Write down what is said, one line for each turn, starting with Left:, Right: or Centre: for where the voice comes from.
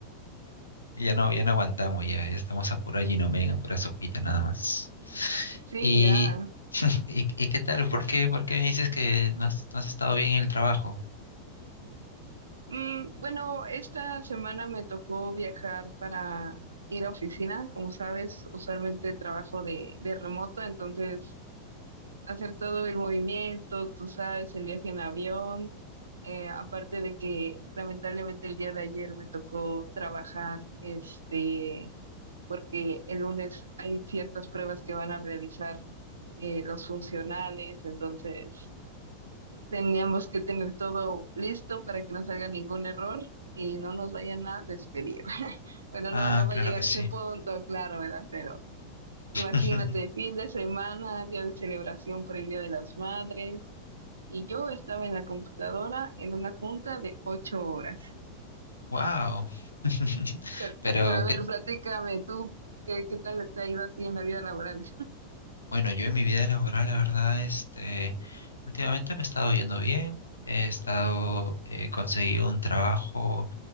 Left: ya no, ya no aguantamos, ya, ya estamos a pura ginomega, a pura sopita nada más.
Right: sí,
Left: Y,
Right: ya.
Left: <laughs> y, y ¿qué tal? ¿Por qué, por qué me dices que no has, no has estado bien en el trabajo?
Right: Mm, bueno, esta semana me tocó viajar para ir a oficina. Como sabes, usualmente trabajo de, de remoto, entonces hacer todo el movimiento, tú sabes, el viaje en avión, eh, aparte de que lamentablemente el día de ayer me tocó trabajar, este, porque el lunes hay ciertas pruebas que van a realizar eh, los funcionales, entonces teníamos que tener todo listo para que no salga ningún error y no nos vayan a despedir. <laughs> Bueno,
Left: Ah,
Right: no, no va
Left: claro
Right: a llegar
Left: que sí.
Right: a ese punto, claro, ¿verdad? Pero Imagínate,
Left: <laughs>
Right: fin de semana, día de celebración por el Día de las Madres, y yo estaba en la computadora en una junta de ocho horas.
Left: Wow. <laughs>
Right: Pero,
Left: Pero
Right: pero a ver,
Left: que,
Right: platícame tú, ¿qué, qué tal te ha ido a ti en la vida laboral?
Left: bueno, yo en mi vida laboral, la verdad, este, últimamente me he estado yendo bien. He estado, eh, conseguí un trabajo.